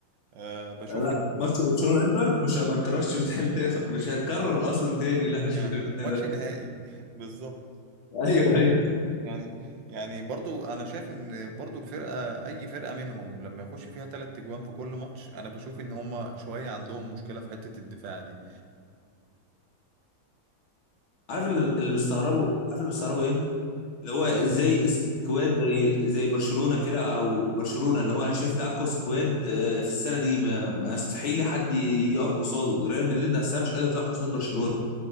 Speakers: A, on the right; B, on the left.
A: أه بشوف
B: لا ماتش برشلونه الانتر مش ما اتكررش <laughs> بتهيألي تاني- مش هيتكرر اصلا تاني اللي احنا شفناه
A: يعني
B: ده
A: ماتش نهائي <laughs> بالظبط
B: <laughs> ايوه ايوه
A: يعني يعني برضو انا شايف ان برضو الفرقه اي فرقه منهم لما يخش فيها تلات تجوان في كل ماتش انا بشوف ان هما شويه عندهم مشكله في حته الدفاع دي
B: عارف اللي اللي بيستغربوا عارف اللي بيستغربوا ايه اللي هو
A: ايه
B: ازاي سكواد زي زي برشلونه كده او برشلونه اللي هو انا شايف ده اقوى سكواد آه، في السنه دي ما ما يستحيل حد يقف قصاده ريال مدريد نفسها مش قادره تقف قصاد برشلونه